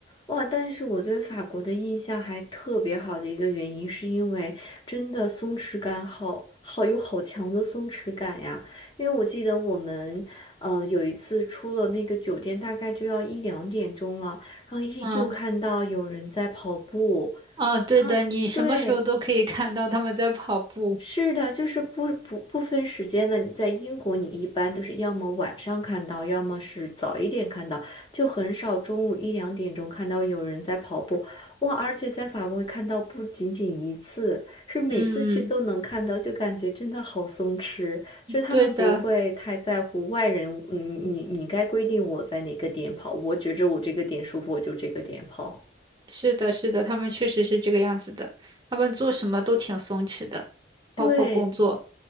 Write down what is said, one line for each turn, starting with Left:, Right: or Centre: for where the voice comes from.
Left: 哇，但是我对法国的印象还特别好的一个原因，是因为真的松弛感好好有好强的松弛感呀。因为我记得我们，嗯，有一次出了那个酒店，大概就要一两点钟了，然后依旧看到有人在跑步，
Right: 嗯，啊，对的，
Left: 然后对。
Right: 你什么时候都可以看到他们在跑步。
Left: 是的，就是不不不分时间的。你在英国，你一般都是要么晚上看到，要么是早一点看到，就很少中午一两点钟看到有人在跑步。哇，而且在法国看到不仅仅一次，是每次去都能看到，
Right: 嗯嗯，
Left: 就感觉真的好松弛。就是他们不会太在乎外人，
Right: 对的。
Left: 你你你该规定我在哪个点跑，我觉着我这个点舒服，我就这个点跑。
Right: 是的，是的，他们确实是这个样子的，他们做什么都挺松弛的，
Left: 对
Right: 包括工作。